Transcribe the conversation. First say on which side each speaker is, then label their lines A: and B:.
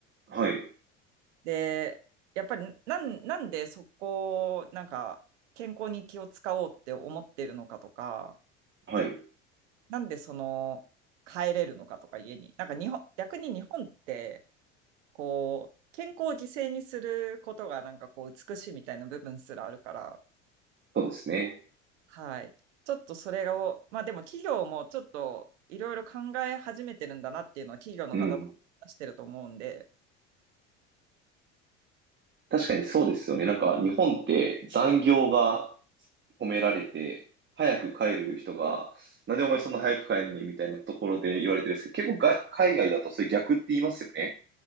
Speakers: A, on the right; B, on the right.
A: はい。
B: で、やっぱりなん、なんでそこをなんか健康に気を使おうって思ってるのかとか、
A: はい。
B: なんでその帰れるのかとか家に。なんか日本、逆に日本ってこう健康を犠牲にすることがなんかこう美しいみたいな部分すらあるから、
A: そうですね。
B: はい。ちょっとそれを、まあでも企業もちょっといろいろ考え始めてるんだなっていうのは企業の方と話してると思うんで、
A: うん。確かにそうですよね。なんか日本って残業が褒められて、早く帰る人が、なんでお前そんな早く帰るねみたいなところで言われてるんですけど、結構が海外だとそれ逆って言いますよね。